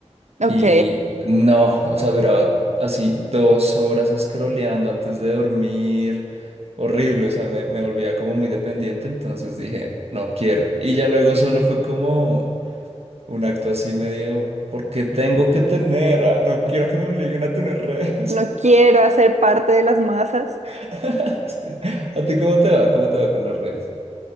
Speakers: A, on the right (about 75°); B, on the right (about 60°).
A: Ok.
B: y no, o sea, duraba así dos horas scrolleando antes de dormir, horrible, o sea, me, me volvía como muy dependiente, entonces dije, no quiero. Y ya luego solo fue como un acto así medio, porque tengo que tener, ah, no quiero que me obliguen a tener redes.
A: no quiero hacer parte de las masas.
B: <laughs> Sí. ¿A ti cómo te va? ¿Cómo te va con las redes?